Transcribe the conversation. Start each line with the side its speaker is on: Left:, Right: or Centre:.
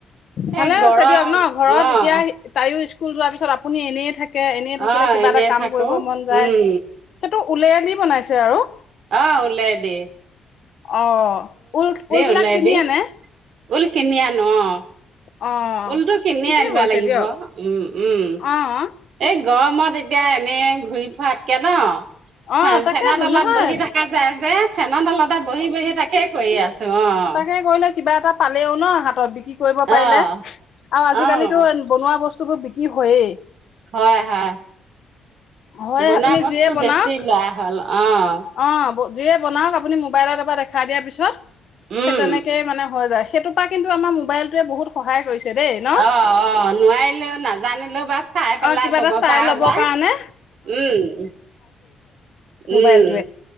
Left: ভালে
Right: এ গৰম
Left: হৈছে দিয়ক ন, ঘৰত
Right: অ',
Left: এতিয়া তাইও স্কুল স্কুল যোৱাৰ পিচত আপুনি এনেই থাকে। এনেই থাকিলে
Right: অ',
Left: কিবা
Right: এনেই
Left: এটা কাম
Right: থাকো
Left: কৰিব মন যায়।
Right: উম,
Left: সেইটো উওললে দি বনাইছে আৰু
Right: আহ ঊলে দি।
Left: অ' ঊল ঊল বিলাক
Right: ওলেদি
Left: কিনি আনে?
Right: ঊল কিনি আনো অ'।
Left: অ'
Right: ঊলটো কিনিয়ে
Left: ঠিকেই
Right: আনিবা
Left: কৰিছে
Right: লাগিব।
Left: দিয়ক
Right: উম উম
Left: অ'
Right: এই গৰমত এতিয়া এনে ঘূৰি ফুৰাতকে ন।
Left: অ
Right: হয়
Left: তাকেতো
Right: ফেনৰ তলত
Left: নহয়
Right: বহি থকা যায় যে। ফেনৰ তলতে বহি বহি তাকে কৰি আছো অ'।
Left: তাকে কৰিলে কিবা এটা পালেও না হাত বিক্ৰী কৰিব পাৰিলে
Right: অ',
Left: আৰু
Right: অ',
Left: আজিকালিতটো বনোৱা বস্তু বোৰ বিক্ৰী হয়।
Right: হয়, হয়।
Left: হয়
Right: বনোৱা
Left: আপুনি
Right: বস্তু
Left: যিয়ে বনাওক
Right: বেছি লোৱা হ'ল। অ',
Left: অ' যিয়ে বনাওক। আপুনি মোবাইত এবাৰ দেখাই দিয়াৰ পিছত
Right: উম,
Left: সেই তেনেকেই মানে হৈ যায়। সেইটোৰ পৰা কিন্ত আমাৰ মোবাইলটোৱে বহুত সহায় কৰিছে। দেই ন
Right: অ অ নোৱাৰিলেও নাজানিলেও বা চাই পেলাই
Left: অ কিবা
Right: লব
Left: এটা চাই
Right: পৰা
Left: ল'ব
Right: যায়
Left: কাৰণে
Right: উম। উম,
Left: মোবাইল